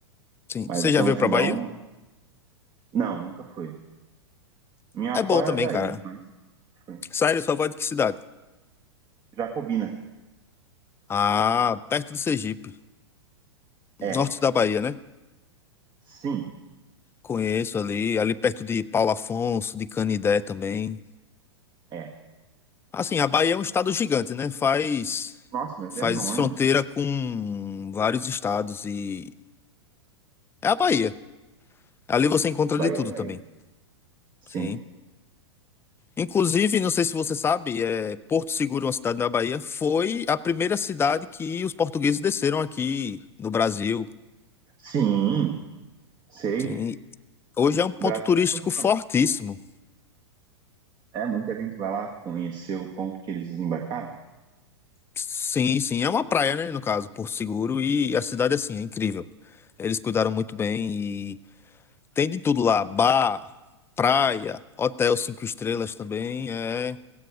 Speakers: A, on the left (about 15°); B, on the right (about 30°).
A: sim.
B: Mas
A: Você
B: o São
A: já veio
B: João.
A: pra Bahia?
B: Não, nunca foi. Minha
A: É
B: avó
A: bom
B: era
A: também,
B: daí,
A: cara.
B: mas foi.
A: Sério, sua voz de que cidade?
B: Jacobina.
A: Ah, perto do Sergipe,
B: É,
A: norte da Bahia, né?
B: sim,
A: Conheço ali, ali perto de Paulo Afonso, de Canidé também.
B: é.
A: Assim, a Bahia é um estado gigante, né? Faz
B: Nossa, mas
A: faz
B: é enorme.
A: fronteira com vários estados e é a Bahia. Ali você encontra
B: Bahia
A: de tudo
B: é Bahia.
A: também.
B: Sim.
A: Sim. Inclusive, não sei se você sabe, é, Porto Seguro, uma cidade na Bahia, foi a primeira cidade que os portugueses desceram aqui no Brasil.
B: Sim, sei.
A: Sim, hoje é um ponto
B: O Brasil
A: turístico
B: começou
A: fortíssimo.
B: na. É, muita gente vai lá conhecer o ponto que eles desembarcaram.
A: Sim, sim, é uma praia, né, no caso, Porto Seguro, e a cidade, assim, é incrível. Eles cuidaram muito bem e tem de tudo lá, bar, praia, hotel cinco estrelas também, é,